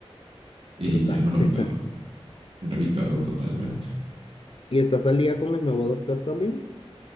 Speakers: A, on the right; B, on the left.
A: y
B: Brutal.
A: ya me lo
B: <laughs>
A: vi todo. Me lo vi todo totalmente.
B: ¿Y estás al día con el nuevo Doctor también?